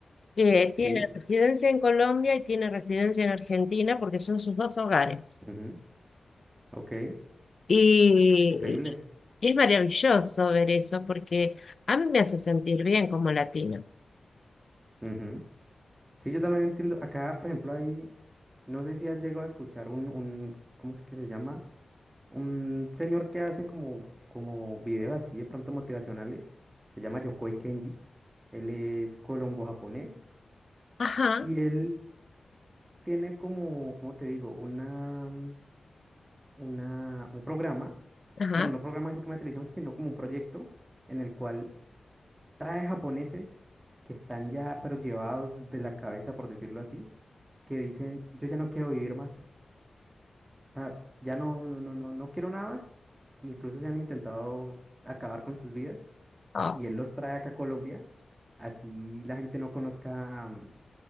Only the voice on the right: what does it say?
sí,
ujú, ok,
increíble.
ujú. Sí, yo también entiendo. Acá, por ejemplo, hay, no sé si has llegado a escuchar un, un, ¿cómo es que se llama? Un señor que hace como, como videos así de pronto motivacionales, se llama Yokoi Kenji, él es colombo-japonés
y él tiene como, ¿cómo te digo? Una, mm, una, un programa,
bueno, no programa así como de televisión, sino como un proyecto en el cual trae japoneses que están ya, pero llevados de la cabeza, por decirlo así, que dicen, yo ya no quiero vivir más, ah, ya no, no, no, no, no quiero nada más, e incluso se han intentado acabar con sus vidas
y él los trae acá a Colombia, así la gente no conozca, mm,